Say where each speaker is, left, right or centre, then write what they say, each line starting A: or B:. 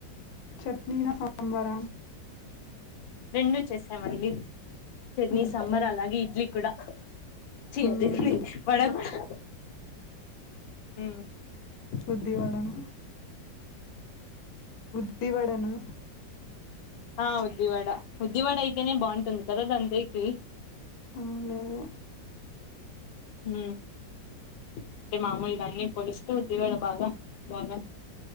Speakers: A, on the left (about 65°); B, on the left (about 85°).
A: చట్నీిన సాంబార
B: రెండూ చేసామండి చట్నీ
A: మ్మ్.
B: సాంబార్ అలాగే ఇడ్లీ కూడా చి
A: మ్మ్.
B: అదేంది వడ కూడా హు
A: ఉద్ధివాడనా ఉద్ధివాడనా
B: ఆ ఉద్దివాడ ఉద్దివాడ అయితేనే బాంటుంది కదా దాంతోకి
A: అవునదే
B: ఊ అంటే మామూలుగా అన్ని పోలుస్తూ దివాడ బాగా బాగా